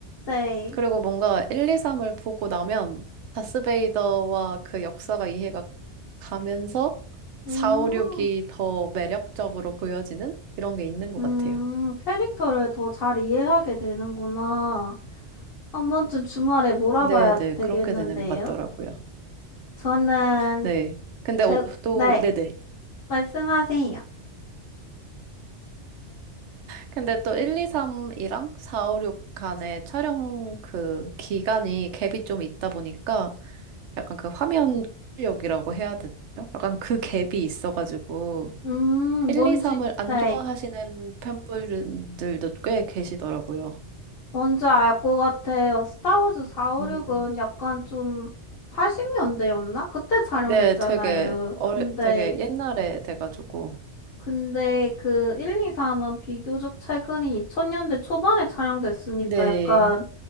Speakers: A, on the left (about 55°); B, on the right (about 75°).
A: 네.
B: 그리고 뭔가 1, 2, 3을 보고 나면 다스베이더와 그 역사가 이해가 가면서
A: 음,
B: 4, 5, 6이 더 매력적으로 보여지는 이런 게 있는 것
A: 음,
B: 같아요.
A: 캐릭터를 더 잘 이해하게 되는구나. 한 번쯤 주말에 몰아봐야
B: 네네.
A: 되겠는데요.
B: 그렇게 되는 것 같더라고요.
A: 저는,
B: 네. 근데
A: 제,
B: 오- 또,
A: 네,
B: 네네.
A: 말씀하세요.
B: 근데 또 1, 2, 3이랑 4, 5, 6 간의 촬영 그 기간이 갭이 좀 있다 보니까 약간 그 화면 출력이라고 해야 되나요? 약간 그 갭이 있어가지고
A: 음,
B: 1,
A: 뭔지,
B: 2, 3을 안
A: 네,
B: 좋아하시는 팬분들도 꽤 계시더라고요.
A: 뭔지 알 것 같아요. 스타워즈 456은
B: 음.
A: 약간 좀 80년대였나? 그때 촬영됐잖아요.
B: 네, 되게 어려,
A: 근데,
B: 되게 옛날에 돼가지고.
A: 근데 그 1, 2, 3은 비교적 최근인 2000년대 초반에 촬영됐으니까
B: 네,
A: 약간